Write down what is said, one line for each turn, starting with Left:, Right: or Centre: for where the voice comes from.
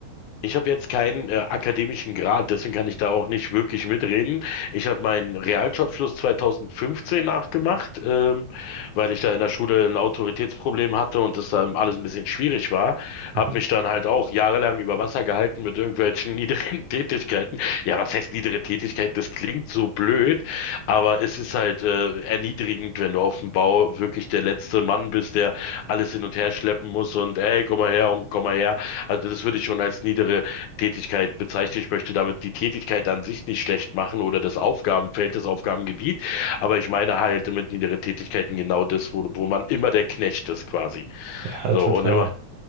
Left: Ich habe jetzt keinen äh, akademischen Grad, deswegen kann ich da auch nicht wirklich mitreden. Ich habe meinen Realschulabschluss 2015 nachgemacht, ähm, weil ich da in der Schule ein Autoritätsproblem hatte und das dann alles ein bisschen schwierig war.
Right: <laughs>
Left: Habe mich dann halt auch jahrelang über Wasser gehalten mit irgendwelchen <laughs> niederen Tätigkeiten. Ja, was heißt niedere Tätigkeit? Das klingt so blöd, aber es ist halt äh, erniedrigend, wenn du auf dem Bau wirklich der letzte Mann bist, der alles hin und her schleppen muss und ey, komm mal her und komm mal her. Also das würde ich schon als niedere Tätigkeit bezeichnen. Ich möchte damit die Tätigkeit an sich nicht schlecht machen oder das Aufgabenfeld, das Aufgabengebiet, aber ich meine halt mit niederen Tätigkeiten genau das, wo, wo man immer der Knecht ist quasi.
Right: Ja,
Left: So
Right: total.
Left: und immer,